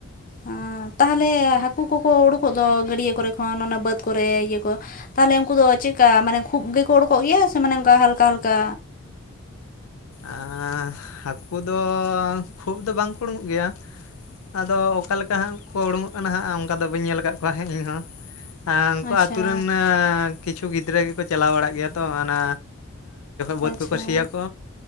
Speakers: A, on the left (about 40°); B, on the left (about 80°).
A: ᱦᱚ ᱛᱟᱦᱚᱞᱮ ᱦᱟᱹᱠᱩ ᱠᱚᱠᱚ ᱩᱰᱩᱠᱚᱜ ᱫᱚ ᱜᱟᱹᱰᱭᱟᱹ ᱠᱚᱨᱮ ᱠᱷᱚᱱ ᱚᱱᱟ ᱵᱟᱹᱫᱽ ᱠᱚᱨᱮ ᱤᱭᱟᱹ ᱠᱚ ᱛᱟᱦᱞᱮ ᱩᱱᱠᱩ ᱫᱚ ᱪᱮᱫᱠᱟ ᱢᱟᱱᱮ ᱠᱷᱩᱵ ᱜᱮᱠᱚ ᱩᱰᱩᱠᱚᱜ ᱜᱮᱭᱟ ᱥᱮ ᱢᱟᱱᱮ ᱚᱱᱠᱟ ᱦᱟᱞᱠᱟ ᱦᱟᱞᱠᱟ
B: ᱟᱸᱻᱦᱟᱹᱠᱩ ᱫᱚ ᱠᱷᱩᱵ ᱫᱚ ᱵᱟᱝ ᱠᱚ ᱩᱲᱩᱝᱳᱜ ᱜᱮᱭᱟ᱾ ᱟᱫᱚ ᱚᱠᱟ ᱞᱮᱠᱟ ᱦᱟᱸᱜ ᱠᱚ ᱩᱰᱩᱝᱚᱜ ᱠᱟᱱᱟ ᱦᱟᱸᱜ ᱚᱱᱠᱟᱫᱚ ᱵᱟᱹᱧ ᱧᱮᱞ ᱟᱠᱟᱫ ᱠᱚᱣᱟ ᱦᱟᱜ ᱤᱧ ᱫᱚ ᱾ ᱩᱱᱠᱩ
A: ᱟᱪᱪᱷᱟ
B: ᱟᱹᱛᱩ ᱨᱮᱱ ᱠᱤᱪᱷᱩ ᱜᱤᱫᱽᱨᱟᱹ ᱜᱮᱠᱚ ᱪᱟᱞᱟᱣ ᱵᱟᱲᱟᱜ ᱜᱮᱭᱟ ᱛᱚ ᱚᱱᱟ ᱵᱟᱹᱫᱽ
A: ᱟᱪᱪᱷᱟ
B: ᱠᱚᱠᱚ ᱥᱤᱭᱟ ᱠᱚ